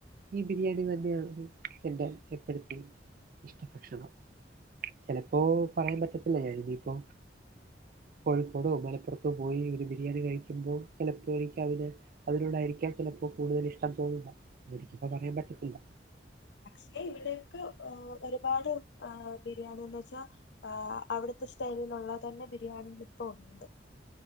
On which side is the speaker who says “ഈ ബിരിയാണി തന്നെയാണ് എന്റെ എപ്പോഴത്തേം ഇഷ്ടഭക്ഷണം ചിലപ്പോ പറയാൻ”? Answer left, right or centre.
Right